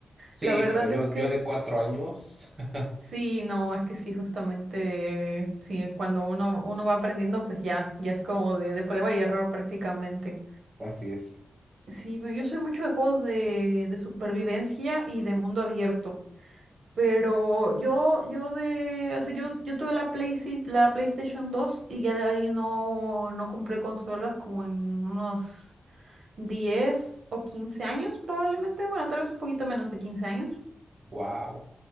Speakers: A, on the right; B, on the right.
A: Sí,
B: La verdad
A: pero yo,
B: es que
A: yo de cuatro años. <laughs>
B: sí, no, es que sí, justamente, sí, cuando uno, uno va aprendiendo, pues ya, ya es como de, de prueba y error prácticamente.
A: Así es.
B: Sí, me- yo soy mucho de juegos de, de supervivencia y de mundo abierto. Pero yo, yo de, o sea, yo, yo tuve la Play, si- la PlayStation dos y ya de ahí no, no compré consolas como en unos 10 o 15 años probablemente, bueno, tal vez un poquito menos de 15 años.
A: Wow.